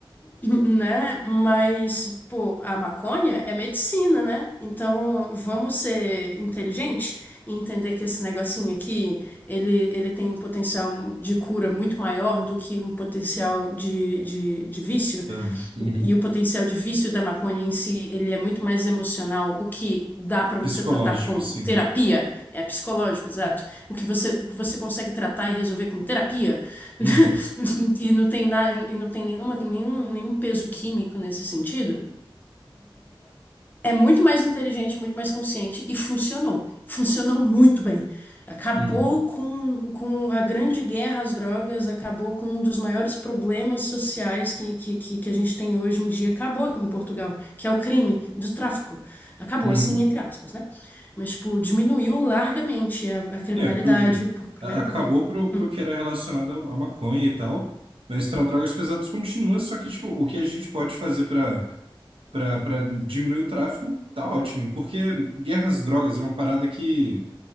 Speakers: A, on the left; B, on the right.
A: Né? Mas, pô, a maconha é medicina, né? Então, vamos ser inteligentes? e entender que esse negocinho aqui, ele, ele tem um potencial de cura muito maior do que um potencial de, de, de vício.
B: dano. Uhum.
A: E o potencial de vício da maconha em si, ele é muito mais emocional, o que dá para você
B: Psicológico,
A: tratar com
B: sim.
A: terapia, é psicológico, exato. O que você, o que você consegue tratar e resolver com terapia, <laughs>
B: Uhum,
A: e não tem nada, e não tem nenhuma, nenhum, nenhum peso químico nesse sentido. É muito mais inteligente, muito mais consciente e funcionou. Funcionou muito bem. Acabou
B: uhum,
A: com, com a grande guerra às drogas, acabou com um dos maiores problemas sociais que, que, que, que a gente tem hoje em dia. Acabou em Portugal, que é o crime do tráfico. Acabou,
B: uhum,
A: assim, entre aspas, né? Mas, tipo, diminuiu largamente a, a criminalidade.
B: É, pro,
A: por- primeiro,
B: a- acabou
A: porque.
B: pro, pro
A: Hum,
B: que era relacionado à à maconha e tal, mas para drogas pesadas continua, só que tipo, o que a gente pode fazer para para diminuir o tráfico tá ótimo, porque guerras às drogas é uma parada que